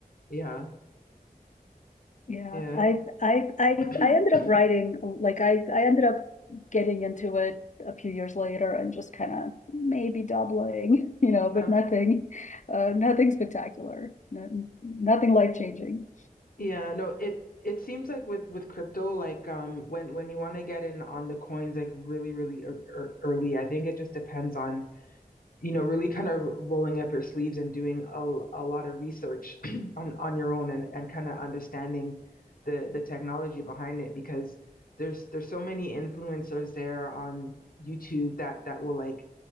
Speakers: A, on the left (about 70°); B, on the left (about 55°).
A: yeah,
B: Yeah,
A: yeah.
B: I I I
A: <clears throat>
B: I ended up writing like I I ended up getting into it a few years later and just kind of maybe doubling, <laughs> you know,
A: Yeah.
B: but nothing uh nothing spectacular, no, nothing life-changing.
A: Yeah, no, it it seems like with with crypto, like um when when you want to get in on the coins like really really ear ear- early, I think it just depends on you know, really kind of rolling up your sleeves and doing a, a lot of research <clears throat> on, on your own and, and kind of understanding the, the technology behind it because there's there's so many influencers there on YouTube that that will like